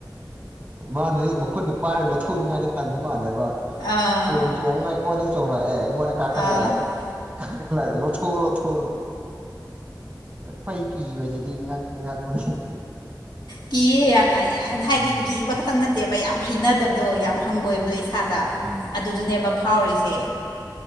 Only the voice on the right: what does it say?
ꯃꯥꯅ ꯃꯈꯨꯅ ꯄꯥꯏ ꯊꯨꯟꯉꯥꯏꯗ ꯇꯟꯕ ꯃꯥꯟꯂꯦꯕ
ꯆꯣꯡ ꯆꯣꯡꯉ ꯑꯩꯉꯣꯟꯗ ꯆꯣꯡꯂꯛꯑꯦ ꯉꯦ ꯀꯥꯀꯠ
ꯂꯥꯛꯑꯦ ꯀꯥꯠ ꯂ ꯂꯊ ꯂꯊ ꯄꯥꯏ ꯀ ꯋꯥꯖꯦ ꯑ ꯉꯄ
ꯎꯝ
ꯎꯝ